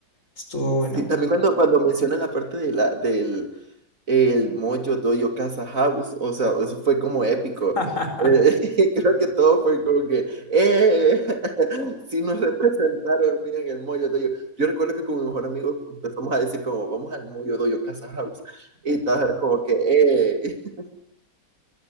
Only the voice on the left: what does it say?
Estuvo buena,
buena.
<laughs>